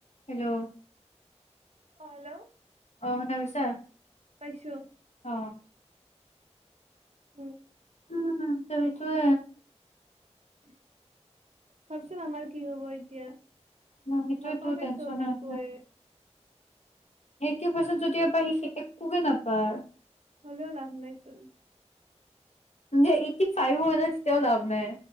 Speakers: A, on the left; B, on the right.
A: হেল্ল'
B: অ হেল্ল'
A: আহ শুনা পাইছা
B: পাইছো
A: অ।
B: উম।
A: উম সেইটোৱে
B: ভাবচোন আমাৰ কি হব এতিয়া।
A: ন সেইটো
B: নাপামেচোন
A: তো টেচন হয়।
B: একোৱে
A: এইটি পাৰ্চেণ্ট যদিপা সি একোকে নাপায়।
B: হলেও লাভ নাইচোন।
A: যে এইটি ফাইভ অহা নাই তেতিয়াও লাভ নাই